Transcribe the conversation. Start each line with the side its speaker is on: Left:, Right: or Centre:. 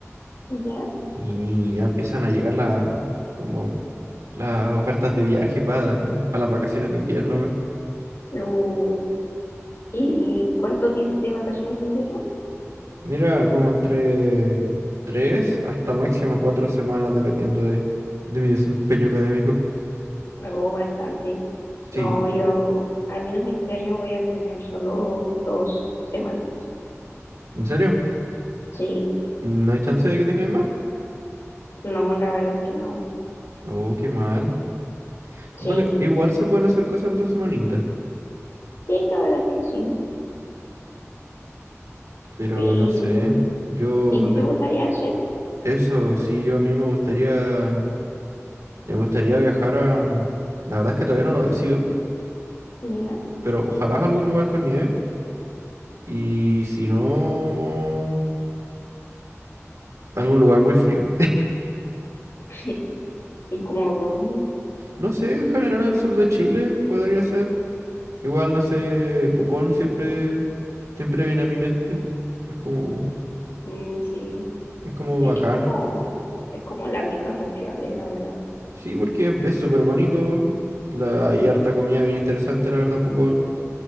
Left: ¿Ya?
Right: Y ya empiezan a llegar la, como las ofertas de viaje para las vacaciones de invierno. weón.
Left: Uh, ¿y cuánto tienes de vacaciones de invierno?
Right: Mira, como entre tres hasta máximo cuatro semanas, dependiendo de, de mi desempeño académico.
Left: No, bastante.
Right: Sí,
Left: No, yo al menos este año voy a tener solo dos semanas.
Right: ¿en serio?
Left: Sí,
Right: ¿No hay chance de que tengáis más?
Left: no, la verdad es que no.
Right: Oh, qué mal. Bueno,
Left: Sí,
Right: igual se pueden hacer cosas en dos semanitas,
Left: sí, la verdad es que sí.
Right: pero
Left: ¿Y,
Right: no sé. Yo,
Left: y
Right: ponte-
Left: qué te gustaría hacer?
Right: eso sí, yo a mí me gustaría, me gustaría viajar a... La verdad es que todavía no lo decido,
Left: ¿Ya?
Right: pero ojalá a algún lugar con nieve. Y si no, algún lugar muy frío.
Left: <laughs> ¿Y como dónde?
Right: No sé, en general al sur de Chile podría ser. Igual, no sé, Pucón siempre, siempre viene a mi mente. Es como,
Left: Mm, sí,
Right: es como
Left: es
Right: bacán.
Left: que es como, es como la vieja confiable, la verdad.
Right: Sí, porque es súper bonito. La, hay harta comida bien interesante, la verdad, en Pucón.